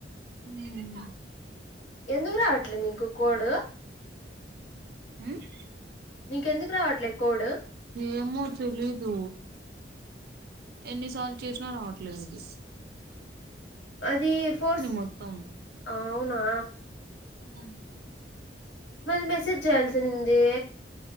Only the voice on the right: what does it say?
మ్ మ్
ఉమ్
ఏమొ తెలీదు ఎన్నిసార్ చేష్నా రావట్లేదది
మొత్తం
ఉమ్